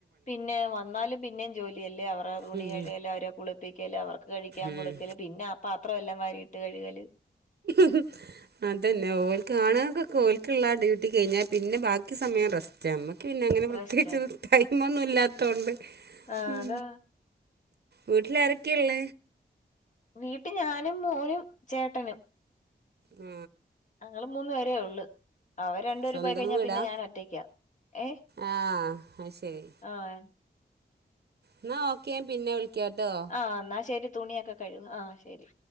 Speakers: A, on the left; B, on the right.
A: പിന്നെ വന്നാലും പിന്നെയും ജോലിയല്ലേ അവരെ തുണി
B: ഉം
A: കഴിയല് അവരെ കുളിപ്പിക്കല് അവർക്ക് കഴിക്കാൻ
B: ഉം
A: കൊടുക്കലും പിന്നെ ആഹ പാത്രം എല്ലാം വരിട്ട് കഴിവല്
B: <inaudible> അതന്നെ ഓൽക്കണക്ക ഓലക്കുള്ള ഡ്യൂട്ടി കഴിഞ്ഞാൽ പിന്നെ ബാക്കി സമയം റസ്റ്റ്മ്മക്ക് പിന്നെ അങ്ങനെ പ്രത്യേകിച്ചരു
A: റെസ്റ്റാ
B: ടൈമൊന്നുംല്ലാത്തൊണ്ട്
A: ആഹ്
B: ഉം
A: അതാ
B: വീട്ടില ആരൊക്കെയ ഉള്ള?
A: വീട്ട് ഞാനും മോനും ചേട്ടനും
B: ഉം
A: ഞങ്ങള് മൂന്ന പേരേ ഉള്ളു അവര് രണ്ടുപേര്
B: സ്വന്തം
A: പോയി കഴിഞ്ഞാ
B: വീടാ
A: പിന്നെ ഞാൻ ഒറ്റയ്ക്ക ഏഹ
B: ആഹ് അത് ശരി
A: ആഹ
B: എന്നാ ഓക്കേ പിന്നെ വിളിക്കാട്ടോ
A: ആഹ എന്നാൽ ശരി തുണിയൊക്കെ കഴിവൂ ആഹ ശരി